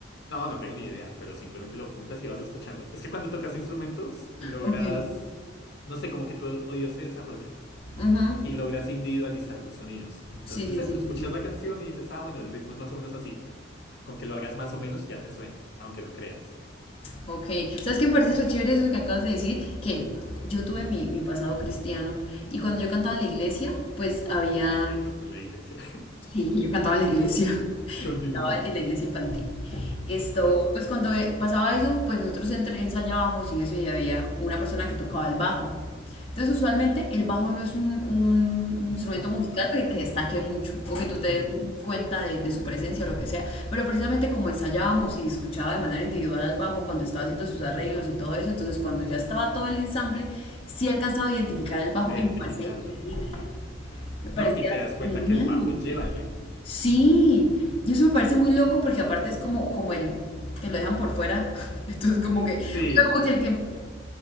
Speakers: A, on the left (about 55°); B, on the left (about 30°).
A: No, no tengo ni idea, pero simplemente lo juntas y vas escuchando. Es que cuando tocas instrumentos, logras,
B: Ok.
A: no sé, como que tu oído se desarrolla
B: Ujú.
A: y logras individualizar los sonidos. Entonces
B: Sí, sí,
A: eso,
B: sí,
A: escuchas
B: sí, sí.
A: la canción y dices, ah, bueno, el ritmo es más o menos así. Con que lo hagas más o menos ya te suena, aunque no creas.
B: Ok. ¿Sabes qué me parece re chévere eso que acabas de decir? Que yo tuve mi, mi pasado cristiano y cuando yo cantaba en la iglesia, pues había
A: También canto en la iglesia.
B: Sí, yo cantaba en la iglesia, <laughs>
A: <laughs> Continúa.
B: cantaba en la iglesia infantil. Esto,
A: Oh,
B: pues cuando eh, pasaba eso, pues nosotros entre- ensayábamos y eso, y había una persona que tocaba el bajo. Entonces, usualmente el bajo no es un, un instrumento
A: instrumento
B: musical
A: complejo.
B: que, que destaque mucho, o que tú te
A: Ujú.
B: des cuenta de, de su presencia o lo que sea, pero precisamente como ensayábamos y escuchaba de manera individual al bajo cuando estaba haciendo sus arreglos y todo eso, entonces cuando ya estaba todo el ensamble, sí alcanzaba a identificar el bajo
A: A Identificarlo.
B: y me parecía increíble, me parecía
A: No, y te das cuenta
B: genial.
A: que el bajo lleva el ritmo.
B: Sí, y eso me parece muy loco porque aparte es como, como el que lo dejan por fuera. <laughs> Entonces como que, o sea,
A: Sí.
B: como que el que...